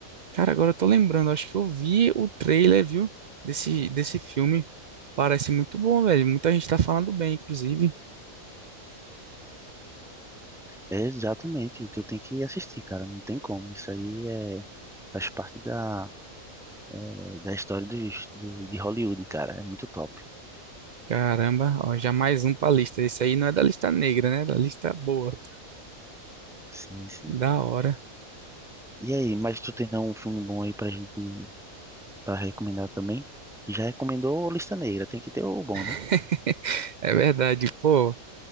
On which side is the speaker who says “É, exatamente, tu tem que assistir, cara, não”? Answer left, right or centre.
Centre